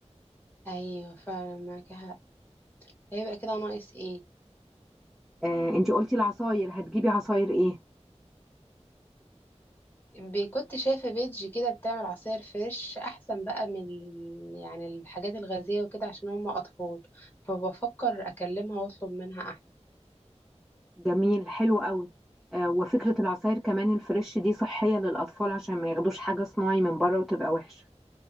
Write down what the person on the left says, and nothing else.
ايوه فعلا معاك حق هيبقى كده ناقص ايه
ب- كنت شايفة بيج كده بتعمل عصاير فريش أحسن بقى من ال- يعني الحاجات الغازية وكده عشان هم أطفال فبفكر أكلمها وأطلب منها أحسن